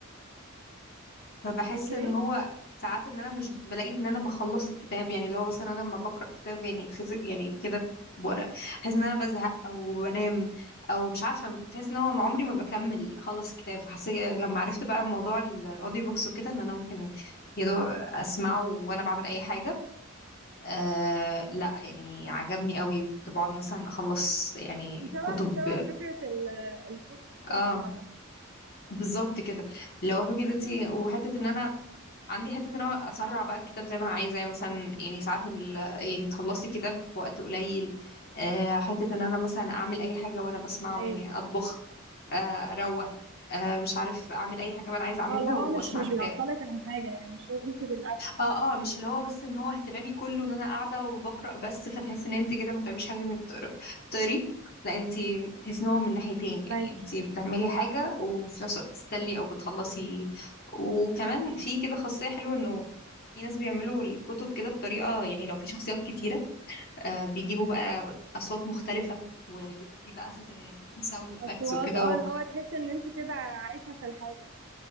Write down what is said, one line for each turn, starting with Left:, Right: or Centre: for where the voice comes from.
Left: فبحس
Right: اوكي
Left: ان هو ساعات ان انا مش بلاقي ان انا بخلص الكتاب يعني اللي هو مثلا انا لما بقرا كتاب يعني فيزيك يعني كده بورق بحس ان انا بزهق او بنام او مش عارفه بحس ان هو عمري ما بكمل اخلص الكتاب فحسيت لما عرفت بقى موضوع الاوديو بوكس وكده ان انا ممكن يا دوب اسمعه وانا بعمل اي حاجه آه لا يعني عجبني قوي كنت بقعد مثلا اخلص يعني
Right: دي شبه
Left: كتب
Right: شبه فكرة ال- البودكاست
Left: اه
Right: مثلا
Left: بالظبط كده لو فكرة انت وحته ان انا عندي حته ان انا اسرع بقى الكتاب زي ما انا عايزه يعني مثلا يعني ساعات ال... يعني تخلصي الكتاب في وقت قليل آه، حته ان انا مثلا اعمل اي حاجه وانا بسمعه
Right: ايوه
Left: يعني اطبخ آه، اروق آه، مش عارف اعمل اي حاجه بقى انا عايزه اعملها
Right: اه اللي هو
Left: واسمع
Right: مش مش
Left: كتاب
Right: بيعطلك عن حاجة يعني مش لازم تبقى الأكل
Left: اه اه مش اللي هو بس ان هو اهتمامي كله ان انا قاعده وبقرا بس فتحس ان انت كده ما بتعمليش حاجه انك بتقرا بتقري لا انت بتحس ان هو من ناحيتين يعني
Right: معاكي
Left: انت بتعملي حاجه وفي نفس الوقت بتستلي او بتخلصي وكمان في كده خاصيه حلوه انه في ناس بيعملوا الكتب كده بطريقه يعني لو في شخصيات كتيره آه بيجيبوا بقى اصوات مختلفه وبيبقى في بقى ساوند افكتس
Right: أصوات
Left: وكده
Right: اه اللي هو تحس إن أنت كده عايشة في الحاجة